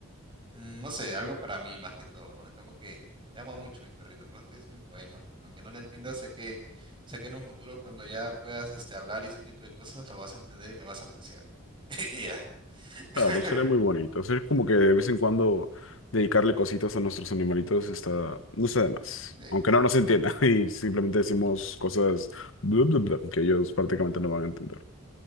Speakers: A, on the right; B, on the left.
A: mm, no sé, algo para mí más que todo, ¿no? Es como que te amo mucho, mi perrito, por eso te hiciste un poema. Aunque no lo entiendas, sé que, sé que en un futuro cuando ya puedas este, hablar y ese tipo de cosas, lo vas a entender y lo vas a apreciar. <laughs> Y ya. <laughs>
B: Claro, sería muy bonito, es como que de vez en cuando dedicarle cositas a nuestros animalitos está, no sé de más,
A: Sí.
B: aunque no nos entienda <laughs> y simplemente decimos cosas bla, bla, bla, que ellos prácticamente no van a entender,